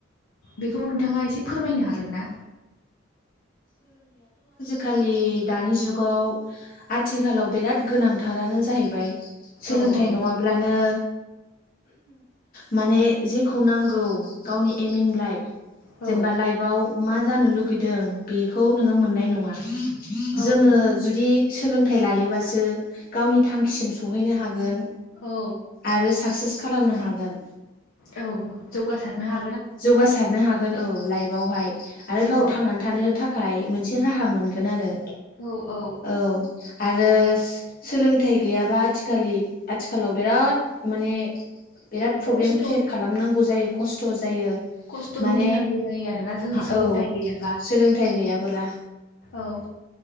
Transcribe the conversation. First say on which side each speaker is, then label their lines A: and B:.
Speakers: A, on the left; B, on the left.
A: बेखौ नोंथाङा एसे फोरमायनो हागोन ना?
B: खालि दानि जुगाव आथिखालाव बिराद गोनांथारानो जाहैबाय। सोलोंथाइ
A: औ औ
B: नङाब्लानो माने जे खौ नांगौ गावनि एम इन लाइफ
A: औ
B: जेनेबा लाइफआव मा जानो लुगैदों बेखौ नोङो मोननाय। नङा
A: औ
B: जोङो जुदि सोलोंथाइ लायोबासो गावनि थांखिसिम सहैनो हागोन।
A: औ
B: आरो साक्सेस खालामनो हागोन।
A: औ जौगासारनो हा
B: जौगासारनो हागोन औ लाइफआवहाय। आरो
A: जिउआव
B: गाव थांनानै थानो था खाय मोनसे राहा मोनगोन आरो
A: औ औ।
B: औ आरो सोलोंथाइ गैयाबा आथिखालि-आथिखालाव बिराद माने बिराद प्रब्लेम
A: खस्थ'
B: क्रियेट खालामनांगौ जायो खस्थ' जायो।
A: खस्थ'
B: माने
A: भुगिनांगौ जायो आरोना जोङो सोलोंथाइ
B: औ
A: गैयाबा।
B: सोलोंथाइ गैयाबोला
A: औ